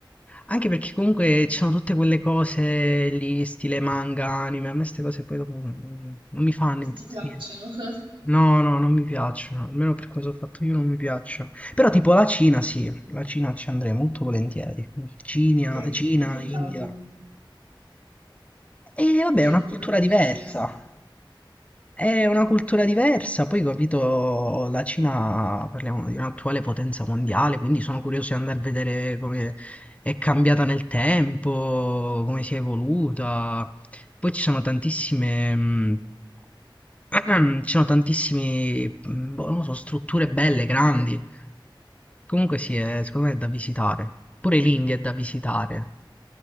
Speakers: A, on the left; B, on the right.
A: Anche perché comunque ci sono tutte quelle cose lì, stile manga, anime, a me queste cose poi dopo non non mi fanno impazzire.
B: ti piacciono? <laughs>
A: No, no, non mi piacciono, almeno per cosa ho fatto io non mi piacciono. Però tipo la Cina sì, la Cina ci andrei molto volentieri. Cina,
B: Che,
A: Cina,
B: e che
A: India.
B: cambia?
A: E vabbè,
B: Cioè,
A: è una
B: tipo,
A: cultura
B: perché
A: diversa.
B: la Cina sì?
A: È una cultura diversa, poi capito, la Cina, parliamo di un'attuale potenza mondiale, quindi sono curioso di andare a vedere come è cambiata nel tempo, come si è evoluta. Poi ci sono tantissime, mh, <clears throat> ci sono tantissime, mh, boh, non lo so, strutture belle, grandi. Comunque sì, è- secondo me è da visitare. Pure l'India è da visitare,